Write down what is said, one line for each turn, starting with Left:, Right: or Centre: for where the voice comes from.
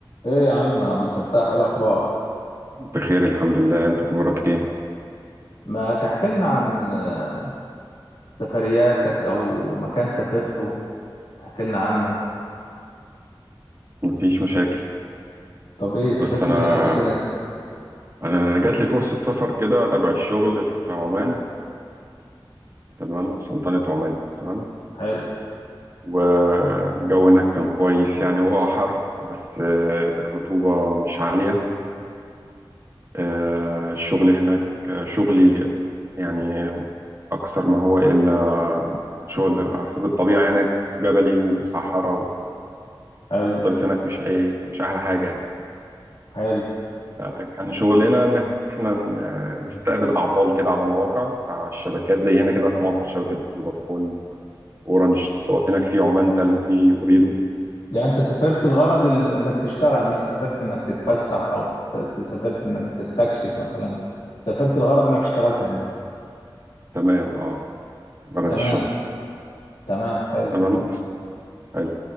Left: ايه يا عم عبد الفتاح ايه الاخبار
Right: بخير الحمد لله انت اخبارك ايه
Left: ما تحكي لنا عن آه، سفرياتك او مكان سافرته تحكي لنا عنه
Right: مفيش مشاكل
Left: طب ايه سافرت
Right: بص انا
Left: فين قبل كده
Right: انا جات لي فرصه سفر كده تبع الشغل في عمان تمام سلطنه عمان تمام
Left: حلو
Right: والجو هناك كان كويس يعني هو اه حر بس آه، الرطوبه مش عاليه آه، الشغل هناك آه، شغلي يعني اكثر ما هو الا شغل على حسب الطبيعه هناك جبلي وصحراء
Left: حلو
Right: والتضاريس هناك مش اي مش احلى حاجه يعني
Left: حلو
Right: كان شغلنا ان احنا ن- نستقبل اعطال كده على مواقع بتاع الشبكات زي هنا كده في مصر شبكه فودافون اورنج اتصالات هناك في عمان تل وفي اوريدو
Left: يعني انت سافرت الغرض ال... انك تشتغل مش سافرت انك تتفسح
Right: آه،
Left: او ت- ت- سافرت انك تستكشف مثلا سافرت الغرض انك اشتغلت هناك
Right: تمام اه غرض
Left: تمام
Right: الشغل
Left: تمام حلو
Right: تمام حلو